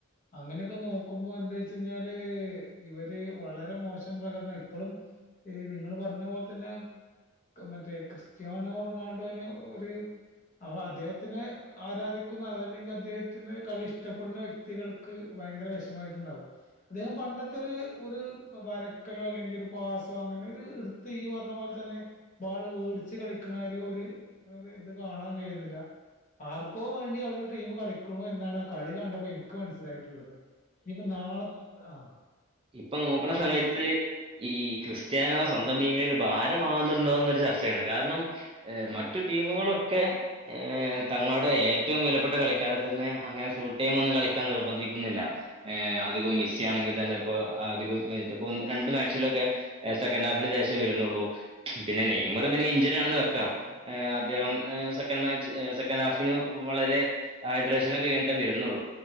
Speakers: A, on the left; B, on the right.
A: അങ്ങനൊക്കെ നോക്കുമ്പം എന്താ വെച്ചു കഴിഞ്ഞാല് ഇവര് വളരെ മോശം പ്രകടനം ഇപ്പഴും ഈഹ് നിങ്ങളു പറഞ്ഞ പോൽ തന്നെ മറ്റേ ക്രിസ്ത്യാനോ റൊണാൾഡോനെ ഒരു അവ അദ്ദേഹത്തിന് ആരാധിക്കുന്ന അതല്ലെങ്കി അദ്ദേഹത്തിന്റെ കളി ഇഷ്ട്ടപ്പെടുന്ന വ്യക്തികൾക്ക് ഭയങ്കര വേഷമായിട്ടുണ്ടാവും. അദ്ദേഹം പണ്ടത്തൊരു ഒരു വരക്കലോ അല്ലെങ്കിൽ ഒരു പാസോ അങ്ങനൊരു നീ പറഞ്ഞ പോല തന്നെ ബാള് വേട്ച്ച് കളിക്ക ക്കണൊരു ഒരു ഒരു ഇത് കാണാൻ കഴിയുന്നില്ല. ആർക്കോ വേണ്ടി അവരുടെ ടീംമ് കളിക്കുണു എന്നാണ് ആ കളി കണ്ടപ്പം എനിക്ക് മനസ്സിലായിട്ടുള്ളത്. ഇനിപ്പം നാളത് ആഹ്
B: ഇപ്പം നോക്ക്‌ണ സമയത്ത് ഈ ക്രിസ്ത്യാനോ സ്വന്തം ടീമിനൊരു ഭാരമാവുന്നുണ്ടോന്നൊരു ചർച്ചയാണ് കാരണം ഏഹ് മറ്റു ടീമുകളൊക്കെ ഏഹ് തങ്ങളുടെ ഏറ്റവും വിലപ്പെട്ട കളിക്കാരെ തന്നെ അങ്ങനെ ഫുൾ ടൈം ഒന്നും കളിക്കാൻ നിർബന്ധിക്കുന്നില്ല. ഏഹ് അതിപ്പം മിസ്സി ആണെങ്കി തന്നെ പ്പം അതിപ്പം അധികം രണ്ട് മാച്ചിലൊക്കെ സെക്കൻഡ് ഹാഫിന് ഷേഷേ വരുന്നുള്ളൂ. ഇതിനെ നെയ്മറു പിന്നെ ഇഞ്ചനാ ണെന്ന് വെക്കാം. ഏഹ് അദ്ദേഹം ഏഹ് സെക്കൻഡ് മാച്ച് സെക്കൻഡ് ഹാഫിനെ വളരെ ഹൈഡ്രേഷനെ വീണ്ടും വരുന്നുള്ളൂ,